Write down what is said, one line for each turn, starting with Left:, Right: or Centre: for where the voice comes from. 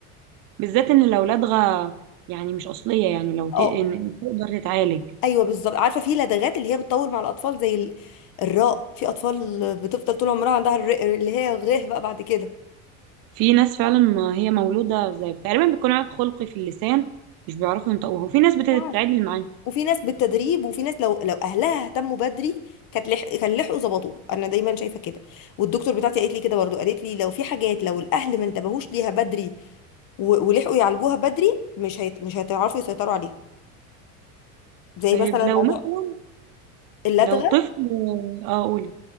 Right: بالذات ان الاولاد غا يعني مش اصلية يعني لو ت...
Left: اه
Right: إن إن تقدر تتعالج
Left: ايوه بالظبط عارفه في لدغات اللي هي بتطول مع الاطفال زي ال- الراء في اطفال بتفضل طول عمرها عندها الر- اللي هي غيه بقى بعد كده
Right: في ناس فعلا ما هي مولودة زي تقريبا بيكون عيب خلقي في اللسان مش بيعرفوا ينطقوها وفي ناس
Left: مش
Right: بتتعدل
Left: عارفة
Right: معاه
Left: وفي ناس بالتدريب وفي ناس لو لو اهلها اهتموا بدري كانت لح... كان لحقوا ظبطوها انا دايما شايفه كده والدكتور بتاعتي قالت لي كده برضو قالت لي لو في حاجات لو الاهل ما انتبهوش ليها بدري و- ولحقوا يعالجوها بدري مش هيت... مش هيتعرفوا يسيطروا عليها زي
Right: طيب
Left: مثلا
Right: لو
Left: موضوع
Right: مثلا
Left: اللدغه
Right: لو طفل اه قولي